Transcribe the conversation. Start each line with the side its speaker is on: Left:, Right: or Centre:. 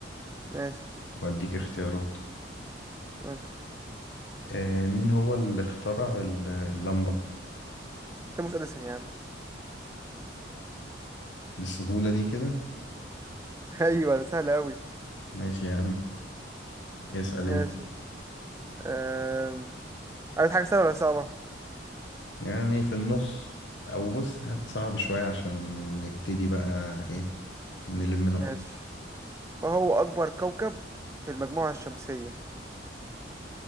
Right: ماشي
Left: وأديك اختيارات
Right: ماشي
Left: آه مين هو اللي اخترع ال- اللمبة
Right: توماس أديسون يا عم
Left: بالسهولة دي كده
Right: <laughs> أيوة ده سهل أوي
Left: ماشي يا عم اسأل
Right: ماشي
Left: انت
Right: أه عايز حاجة سهلة ولا صعبة؟
Left: يعني في النص او بص هات صعب شوية عشان نبتدي بقى ايه نلم نقط
Right: ماشي ما هو أكبر كوكب في المجموعة الشمسية